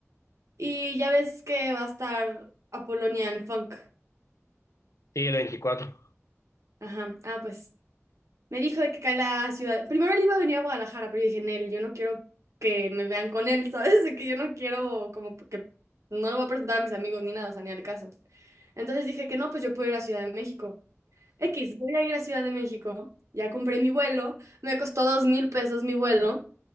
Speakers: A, on the right; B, on the left.
A: Y ya ves que va a estar Apolonia Funk.
B: Sí, el veinticuatro
A: Ajá. Ah, pues me dijo de que cae la ciudad. Primero él iba a venir a Guadalajara, pero yo dije, Nel, yo no quiero que me vean con él, <laughs> ¿sabes? De que yo no quiero, como que no lo voy a presentar a mis amigos ni nada, o sea, ni al caso. Entonces dije que no, pues yo puedo ir a Ciudad de México. X, voy a ir a Ciudad de México. Ya compré mi vuelo, me costó dos mil pesos mi vuelo.